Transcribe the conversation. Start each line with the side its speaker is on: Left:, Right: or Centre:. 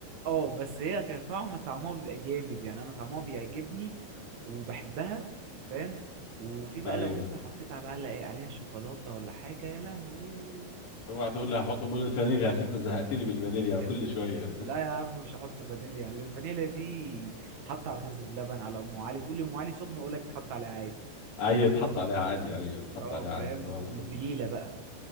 Right: اه بس هي كطعم طعمها بيبقى جامد يعني أنا طعمها بيعجبني وبحبها فاهم وفي بقى
Left: ايوه
Right: لو انت حطيت على بقى إيه عليها شوكولاتة ولا حاجة يا لهوي
Left: اوعى تقول لي هحط بول الفانيليا عشان انت زهقتني بالفانيليا كل
Right: ال...
Left: شويه
Right: لا يا عم مش هحط فانيليا على الفانيليا دي حط على الرز بلبن على ام علي تقول لي ام علي سخنه اقول لك تحط عليها عادي
Left: ايوه اتحط عليها عادي ايوه اتحط
Right: اه
Left: عليها
Right: فاهم
Left: عادي صباح
Right: والبليله
Left: الفل
Right: بقى